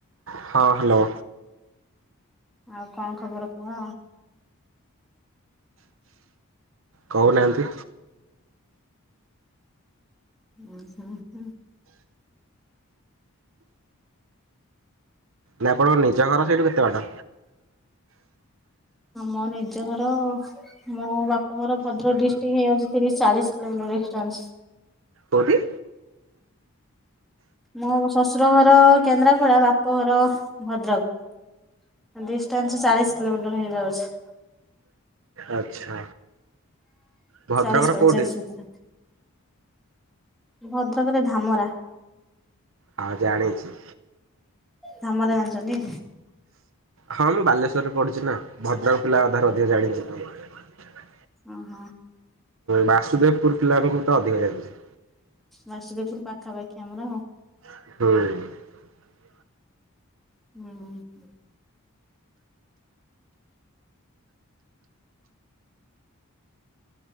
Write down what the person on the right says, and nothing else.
ହଁ ହ୍ୟାଲୋ।
କହୁନାହାନ୍ତି?
ନାଇଁ ଆପଣଙ୍କ ନିଜ ଘର ସେଇଠୁ କେତେ ବାଟ?
କୋଉଠି?
ଆଚ୍ଛା ଭଦ୍ରକର
କୋଉଠି
ହଁ ଜାଣିଛି।
ହଁ ମୁଁ ବାଲେଶ୍ଵର ପଢିଛି ନା ଭଦ୍ରକ ପିଲା ଅଧାରୁ ଅଧିକା ଜାଣିଛି।
ବାସୁଦେବପୁର ପିଲା ମୁଁ ତ ଅଧିକା ଜାଣିଛ।
ହୁଁ।